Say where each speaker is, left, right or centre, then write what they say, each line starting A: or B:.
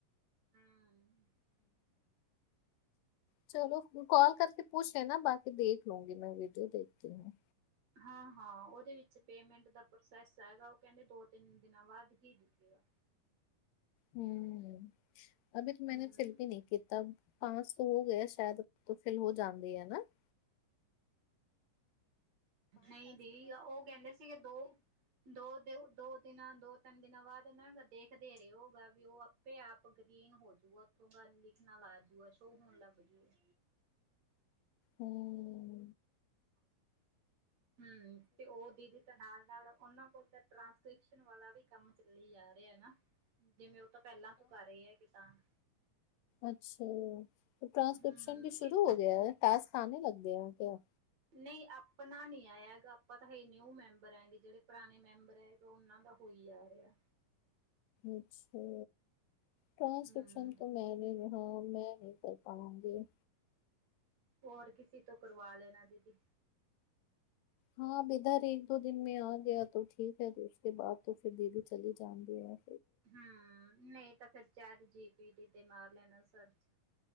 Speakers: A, on the right (about 50°); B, on the left (about 80°).
A: ਹਮ <inaudible>
B: ਚਲੋ ਕਾਲ ਕਰਕੇ ਪੂਛ ਲੇਨਾ ਬਾਕੀ ਦੇਖ ਲੂੰਗੀ ਮੈਂ ਵੀਡੀਓ ਦੇਖਤੀ ਹੂੰ।
A: ਹਾਂ ਹਾਂ ਉਹਦੇ ਵਿੱਚ ਪੇਮੈਂਟ ਦਾ। ਪ੍ਰੋਸੈਸ ਹੈਗਾ ਉਹ ਕਹਿੰਦੇ ਦੋ ਤਿੰਨ ਦਿਨਾਂ ਬਾਅਦ ਹੀ ਦਿਖੇਗਾ।
B: ਹਮ ਅਭੀ ਤੋ ਮੈਨੇ
A: ਹਮ
B: ਫਿੱਲ ਵੀ ਨਹੀਂ ਕੀਤਾ। <unintelligible>
A: ਨਹੀਂ ਨਹੀਂ ਉਹ ਕਹਿੰਦੇ ਸੀਗੇ ਦੋ, ਦੋ ਦਿੳ ਦੋ ਦਿਨਾਂ ਦੋ -ਤਿੰਨ ਦਿਨਾਂ ਬਾਅਦ ਇਹਨਾਂ ਦੇਖਦੇ ਰਹੇ ਹੋ ਵੀ ਉਹ ਇਹ ਆਪ ਗਰੀਨ ਹੋਜੂਗਾ ਉੱਥੋਂ ਗੱਲ ਲਿਖਣਾ ਆਜੂਗਾ ਸ਼ੋਅ ਹੋਣ ਲੱਗ ਜਾਉਗਾ।
B: ਹਮ
A: ਹਮ ਤੇ ਉਹ ਦੀਦੀ ਤਾਂ ਨਾਲ -ਨਾਲ। ਉਹਨਾਂ ਕੋਲ ਤਾਂ ਟ੍ਰਾਂਸਕ੍ਰਿਪਸ਼ਨ ਵਾਲਾ ਵੀ ਕੰਮ ਚੱਲੀ ਜਾ ਰਿਹਾ ਨਾ ਜਿਵੇਂ ਤਾਂ ਪਹਿਲਾਂ ਤੂੰ ਕਰ ਰਹੇ ਹੈ ਕਿ ਤਾਂਗ
B: ਅੱਛਾ ਟ੍ਰਾਂਸਕ੍ਰਿਪਸ਼ਨ
A: ਹਮ
B: ਵੀ ਸ਼ੁਰੂ ਹੋ ਗਿਆ ਹੈ ਟਾਸ੍ਕ ਆਨੇ ਲੱਗ ਗਏ ਹੈ ਕਯਾ?
A: ਨਹੀਂ ਆਪਣਾ ਨੀ ਆਯਾ ਹੈਗਾ ਆਪਾਂ ਤਾਂ ਹਜੇ ਨਿਊ ਮੈਂਬਰ ਹੈਗੇ ਜਿਹੜੇ ਪੁਰਾਣੇ ਮੈਂਬਰ ਹੈ ਉਨਾਂ ਦਾ ਹੋਈ ਆ ਰਿਹਾ।
B: ਅੱਛਾ। ਟ੍ਰਾਂਸਕ੍ਰਿਪਸ਼ਨ
A: ਹਮ
B: ਤੋਂ ਮੈਂ ਲੇਲੁ। ਹਾਂ ਮੈਂ ਨਹੀਂ ਕਰ ਪਾਊਂਗੀ।
A: ਹੋਰ ਕਿਸੇ ਤੋਂ ਕਰਵਾ ਲੈਣਾ ਦੀਦੀ।
B: ਹਾਂ <unintelligible> ਇੱਕ ਦੋ ਦਿਨ ਮੈਂ ਆ ਗਿਆ ਤੋ ਠੀਕ ਹੈ ਉਸਕੇ ਬਾਅਦ ਫਿਰ ਦੀਦੀ ਚਲੀ ਜਾਊਂਗੀ ਯਾਰ।
A: ਹਮ ਨਹੀਂ ਤਾਂ ਫੇਰ ਚੈਟ ਜੀ ਪੀ ਟੀ ਤੇ ਮਾਰ ਲੈਣਾ ਸਰਚ।